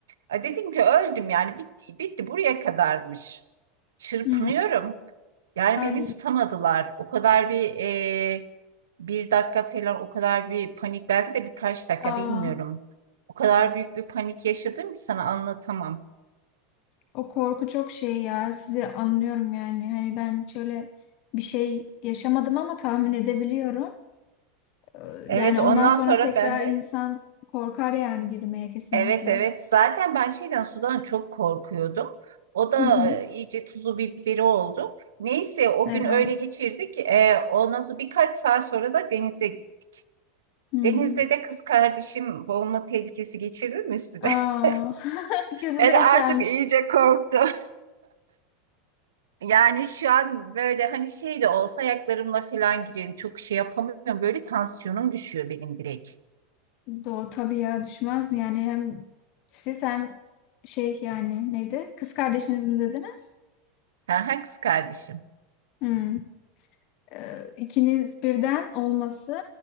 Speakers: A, on the right (about 80°); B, on the left (about 55°).
A: A dedim ki öldüm yani bitti, bitti buraya kadarmış. Çırpınıyorum.
B: Hı.
A: Yani
B: Ay.
A: beni tutamadılar. O kadar bir e, bir dakika falan o kadar bir panik belki de birkaç dakika
B: Aa.
A: bilmiyorum. O kadar büyük bir panik yaşadım ki sana anlatamam.
B: O korku çok şey ya. Sizi anlıyorum yani. Hani ben şöyle bir şey yaşamadım ama tahmin edebiliyorum. Ee,
A: Evet
B: Yani ondan
A: ondan
B: sonra
A: sonra
B: tekrar
A: ben de
B: insan korkar yani girmeye kesinlikle.
A: Evet evet zaten ben şeyden sudan çok korkuyordum. O da
B: Hı hı.
A: e, iyice tuzu biberi oldu. Neyse o
B: Evet.
A: gün öyle geçirdik. E, ondan sonra birkaç saat sonra da denize gittik.
B: Hı. hı.
A: Denizde de kız kardeşim boğulma tehlikesi geçirdi mi üstüne?
B: Aa,
A: <laughs>
B: <laughs> kötü
A: Ben
B: denk
A: artık
B: gelmişti.
A: iyice korktum. Yani şu an böyle hani şey de olsa ayaklarımla falan girerim. Çok şey yapamıyorum. Böyle tansiyonum düşüyor benim direkt.
B: Doğu tabii ya düşmez mi? Yani hem siz hem şey yani neydi? Kız kardeşiniz mi dediniz?
A: Ha, ha, kız kardeşim.
B: Hı. Ee, ikiniz birden olması